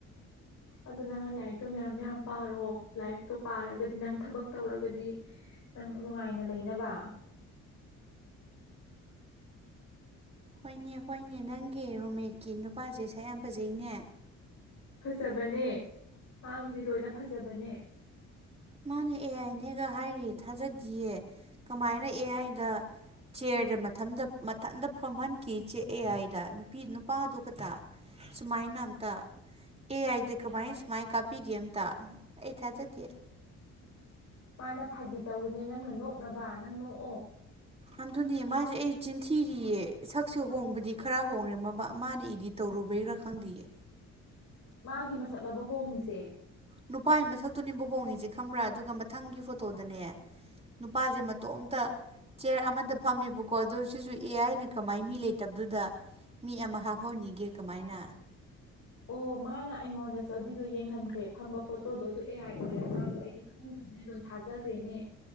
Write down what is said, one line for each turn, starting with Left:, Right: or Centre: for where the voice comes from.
Left: ꯑꯗꯨ ꯅꯪꯅ ꯂꯥꯏꯔꯤꯛꯇꯣ ꯃꯌꯥꯝ ꯃꯌꯥꯝ ꯄꯥꯔꯣ ꯂꯥꯏꯔꯤꯛꯇꯣ ꯄꯥꯔꯒꯗꯤ ꯅꯪ ꯊꯕꯛ ꯇꯧꯔꯒꯗꯤ ꯅꯪ ꯅꯨꯡꯉꯥꯏꯅ ꯂꯩꯅꯕ
Right: ꯍꯣꯏꯅꯦ ꯍꯣꯏꯅꯦ ꯅꯪꯒꯤ ꯔꯨꯝꯃꯦꯠꯀꯤ ꯅꯨꯄꯥꯖꯦ ꯁꯛ ꯌꯥꯝ ꯐꯖꯩꯅꯦ
Left: ꯐꯖꯕꯅꯦ ꯃꯥꯒꯤꯗꯤ ꯂꯣꯏꯅ ꯐꯖꯕꯅꯦ
Right: ꯃꯥꯅ ꯑꯦ ꯑꯥꯏꯅꯦꯒ ꯍꯥꯏꯔꯤ ꯊꯥꯖꯗꯤꯌꯦ ꯀꯃꯥꯏꯅ ꯑꯦ ꯑꯥꯏꯗ ꯆ꯭ꯌꯔꯗ ꯃꯊꯟꯗ ꯃꯊꯟꯗ ꯐꯝꯍꯟꯀꯤ ꯆꯦ ꯑꯦ ꯑꯥꯏꯗ ꯅꯨ ꯄꯤ ꯅꯨꯄꯥꯗꯨ ꯈꯠꯇ ꯁꯨꯃꯥꯏꯅ ꯑꯝꯇ ꯑꯦ ꯑꯥꯏꯗꯤ ꯀꯃꯥꯏꯅ ꯁꯨꯃꯥꯏ ꯀꯥꯞꯄꯤꯒꯦ ꯑꯝꯇ ꯑꯩ ꯊꯥꯖꯗꯦ
Left: ꯃꯥꯅ ꯐꯥꯒꯤ ꯇꯧꯏꯅꯦ ꯅꯪꯅ ꯅꯣꯛꯅꯕ ꯅꯪ ꯅꯣꯛꯑꯣ
Right: ꯑꯗꯨꯅꯦ ꯃꯥꯖꯦ ꯑꯩ ꯆꯤꯟꯊꯤꯔꯤꯌꯦ ꯁꯛꯁꯦ ꯍꯣꯡꯕꯗꯤ ꯈ꯭ꯔ ꯍꯣꯡꯔꯝꯃꯕ ꯃꯥꯅ ꯏꯗꯤꯠ ꯇꯧꯔꯨꯕꯩꯔ ꯈꯪꯗꯤꯌꯦ
Left: ꯃꯥꯒꯤ ꯃꯁꯛꯂꯕ ꯍꯣꯡꯏꯖꯦ
Right: ꯅꯨꯄꯥꯏ ꯃꯊꯛꯇꯨꯅꯦꯕ ꯍꯣꯡꯉꯁꯦ ꯈꯪꯕ꯭ꯔꯥ ꯑꯗꯨꯒ ꯃꯊꯪꯒꯤ ꯐꯣꯇꯣꯗꯅꯦ ꯅꯨꯄꯥꯁꯦ ꯃꯇꯣꯝꯇ ꯆꯤꯌꯔ ꯑꯃꯗ ꯐꯝꯃꯦꯕꯀꯣ ꯑꯗꯣ ꯁꯤꯁꯨ ꯑꯦ ꯍꯥꯏꯅ ꯀꯃꯥꯏꯅ ꯃꯤ ꯂꯩꯇꯕꯗꯨꯗ ꯃꯤ ꯑꯃ ꯍꯥꯞꯍꯧꯅꯤꯒꯦ ꯀꯃꯥꯏꯅ
Left: ꯑꯣ ꯃꯥꯅ ꯑꯩꯉꯣꯟꯗꯁꯨ ꯑꯗꯨꯏꯗꯣ ꯌꯦꯡꯍꯟꯈ꯭ꯔꯦ ꯐꯝꯕ ꯐꯣꯇꯣꯗꯣ ꯑꯗꯨ ꯑꯦ ꯑꯥꯏ ꯑꯣꯏꯔ ꯖꯥꯠꯂꯣ ꯑꯩꯗꯤ ꯈꯪꯗꯕꯅꯦ ꯑꯗꯨꯝ ꯊꯥꯖꯈ꯭ꯔꯦꯅꯦ